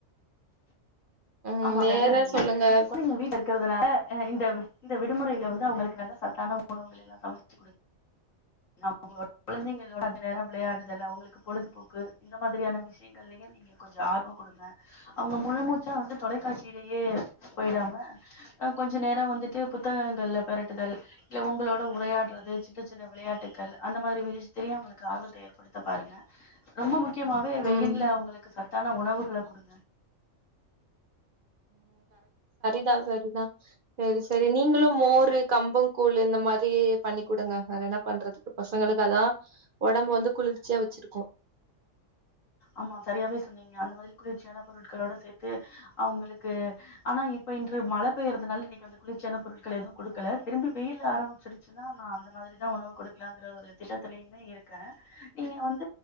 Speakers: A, on the right (about 50°); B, on the left (about 80°).
A: ம்
B: ஆமா
A: வேற
B: சரியா நீங்க
A: சொல்லுங்க
B: நீங்க வீட்ல இருக்கிறதுனால இந்த இந்த விடுமுறையில வந்து அவங்களுக் நல்ல சத்தான உணவுகள எல்லாம் சமைச்சு கொடுத் அவங்களோட குழந்தைங்களோட அந்த நேரம் விளையாடுதல் அவங்களுக்கு பொழுதுபோக்கு இந்த மாதிரியான விஷயங்கள் ல நீங்க கொஞ்சோ ஆர்வங் குடுங்க அவங்க முழு மூச்சா வந்து கா சிரியே போயிடாம கொஞ்ச நேரம் வந்துட்டு புத்தகங்கள்ல பெரட்டுதல் இல்ல உங்களோட உரையாடுறது சின்ன சின்ன விளையாட்டுகள் அந்த மாதிரி விஷ யதுலையும் தெரியும் அவங்களுக்கு ஆர்வத்த ஏற்படுத்த பாருங்க ரொம்ப முக்கியமாவே வெயில்ல
A: ம்
B: உங்களுக்கு சத் சத்தான உணவுகள குடுங்க
A: தா சரிதா சரி சரி நீங்களும் மோரு கம்பம் கூழ் இந்த மாரி பண்ணி் குடுங்க வேற என்ன பண்றதுக்கு பசங்களுக்கு அதா ஒடம்ப வந்து குளிர்ச்சியா வெச்சிருக்கு
B: ஆமா சரியாவே சொன்னீங்க அந்த மாதிரி குளிர்ச்சியான பொருட்களோட சேர்த் கு அவங்களுக்கு ஆனா இப்ப இன்று மழை பெய்றதுனால இன்னைக்கு அந்த குளிர்ச்சியான பொருட்கள் எதுவும் குடுக்கல திரும்பி வெயில் ஆரம்பிச்சுடுச்சுன்னா நா அந்த மாதிரிதான் உணவு கொடுக்கலாங்கிற ஒரு திட்டத்திலயுமே இருக்கே நீங்க வந்து ம்